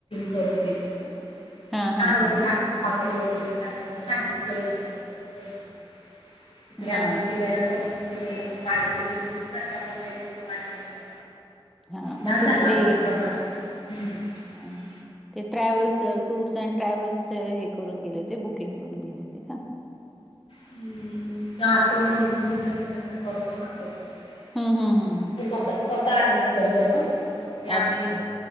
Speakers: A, on the left (about 75°); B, in the centre.
A: करून दिली, ना
B: हा
A: म छान
B: हा हा
A: <unintelligible> तेल वगैरे छान होत. ना ही सोय छान होती. सगळं छान! होत. तिकडे
B: हा
A: आम्हाला फिरायला पण फिरायला पण गाडी वगैरे ना होती, त्यामुळे काही वाटलं नाही
B: हा
A: छान!
B: मग तुम्ही
A: झाला,
B: ते
A: आमचा प्रवास. <inaudible>
B: हां, ते ट्रॅव्हल् टूर्स अँन्ड ट्रॅव्हल् हे करून गेले, होते. बुकिंग करून गेले होते ना.
A: हम्म! जातो, म्हटली तर <unintelligible>
B: हम्म हम्म हम्म हम्म
A: स्वतः स्वतः अरेंज करतात हं मग ते आम्ही
B: अच्छा